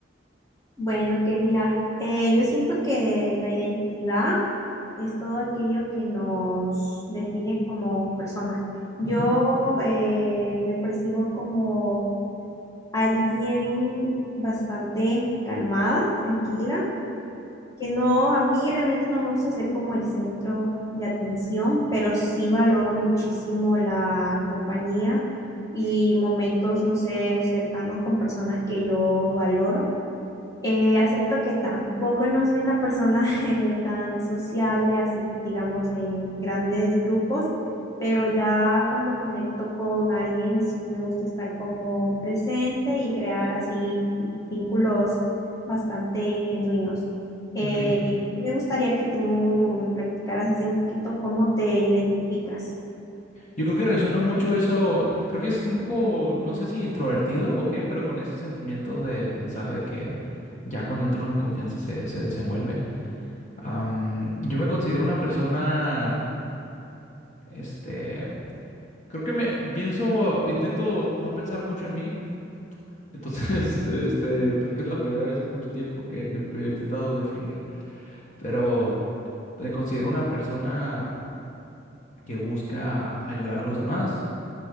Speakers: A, on the left; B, on the left.
A: Bueno, que mira, eh, yo siento que la identidad es todo aquello que nos define como personas. Yo
B: Ujú.
A: eh, me percibo como alguien bastante calmada, tranquila, que no, a mí realmente no me gusta ser como el centro de atención, pero sí valoro muchísimo la compañía y momentos, no sé, cercanos con personas que yo valoro. Eh, acepto que tampoco no soy una persona <laughs> eh, tan sociable, así digamos en grandes grupos, pero ya cuando conecto con alguien sí me gusta estar como presente y crear así vínculos bastante genuinos. Eh,
B: Ok.
A: y me gustaría que tú me platicaras así un poquito cómo te identificas.
B: Yo creo que resuena mucho eso. Creo que es un poco, no sé si introvertido o qué, pero con ese sentimiento de pensar de que ya cuando entra uno en confianza se, se desenvuelve. Am, yo me considero una persona, este, creo que me pienso, intento no pensar mucho en mí. Entonces, <laughs> este, creo que es la primera vez en mucho tiempo que me, me he intentado definir, pero me considero una persona que busca ayudar a los demás,